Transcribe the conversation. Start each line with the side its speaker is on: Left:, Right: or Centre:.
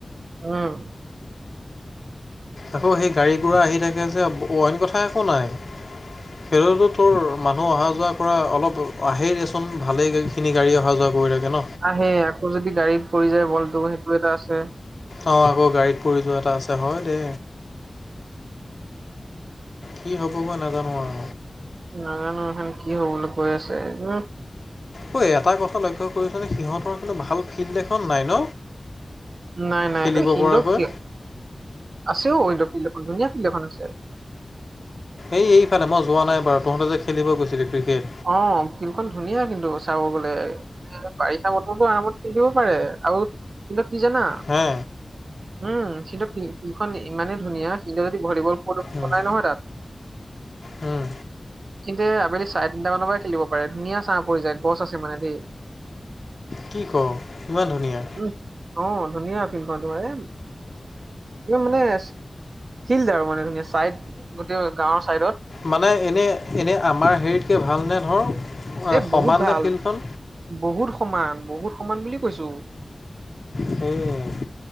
Right: উম।
Left: আকৌ সেই গাড়ী গোৰা আহি থাকে যে অইন কথা একো নাই। খেলটো তোৰ মানুহ অহা যোৱা কৰা অলপ আহেই দেচোন ভালেই বহুতখিনি গাড়ী অহা যোৱা কৰি থাকে ন।
Right: আহেই আকৌ যদি গাড়ীত পৰি যায় বলটো সেইটো এটা আছে।
Left: অ', আকৌ গাড়ীত পৰি যোৱা এটা আছে হয় দে। কি হ'ব বা নাজানো আৰু।
Right: নাজানো এখন কি হ'বলৈ কৈ আছে উম।
Left: ঐ এটা কথা লক্ষ্য কৰিছনে সিহঁতৰ কিন্তু ভাল ফিল্ড এখন নাই ন?
Right: নাই নাই
Left: খেলিব
Right: অ', ঐ কিন্তু
Left: পৰাকৈ
Right: আছে অ' সিহঁতৰ ফিল্ড এখন ধুনীয়া ফিল্ড এখন আছে।
Left: এই এইফালে মই যোৱা নাই বাৰু তহঁতে যে খেলিব গৈছিলি ক্ৰিকেট।
Right: অ', ফিল্ডখন ধুনীয়া কিন্তু চাব গ'লে। বাৰিষা বতৰটো আৰামত খেলিব পাৰে আৰু কিন্তু কি জানা?
Left: হে
Right: উম, কিন্তু ফিল্ড ফিল্ডখন ইমানেই ধুনীয়া কিন্তু যদি ভলিবল প্ৰদূষণ
Left: উম,
Right: বনাই নহয় তাত।
Left: উম।
Right: কিন্তু আবেলি চাৰে তিনিটা মানৰ পৰা খেলিব পাৰে ধুনীয়া ছাঁ পৰি যায় গছ আছে মানে ধেই।
Left: কি ক ইমান ধুনীয়া!
Right: উম, অ' ধুনীয়া ফিল্ডখন তোমাৰে। একদম মানে ফিল্ড আৰু মানে ধুনীয়া চাইদ গোটেই গাঁৱৰ চাইডত।
Left: মানে এনেই এনেই আমাৰ হেৰিতকে ভালনে ধৰ? আহ,
Right: এ
Left: সমান
Right: বহুত ভাল
Left: নে ফিল্ডখন
Right: বহুত সমান বহুত সমান বুলি কৈছো।
Left: সেইয়া